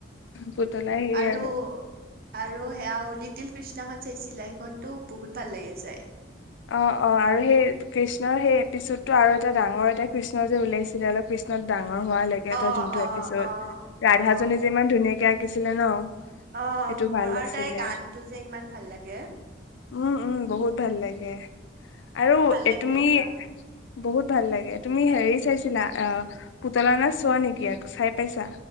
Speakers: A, on the left; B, on the right.
A: পুতলাই সেয়ে
B: আৰু আৰু সেয়াৱলি তিল কৃষ্ণাখন চাই চিলা? সেইখনতো বহুত ভাল লাগে চাই।
A: অ অ আৰু সেই কৃষ্ণৰ সেই এপিছোতটো আৰু এটা ডাঙৰ এটা কৃষ্ণ যে ওলাইছিলে অলপ কৃষ্ণত ডাঙৰ ডাঙৰ হোৱা লেকে
B: অ
A: যোনটো
B: অ
A: এপিছত
B: অ
A: ৰাধাজনী
B: অ
A: যে ইমান ধুনীয়াকে- আঁকিছিলে ন?
B: অ
A: সেইটো
B: মোৰ
A: ভাল
B: আৰু
A: আছিলে
B: তাইৰ গানটো যে ইমান ভাল লাগে।
A: উম উম বহুত ভাল লাগে আৰু
B: ভাল
A: এ
B: লাগে
A: তুমি
B: সেইবিলাক
A: বহুত ভাল লাগে তুমি হেৰি চাইছিলা আহ পুতলা নাচ চোৱা নেকি আ চাই পাইছা?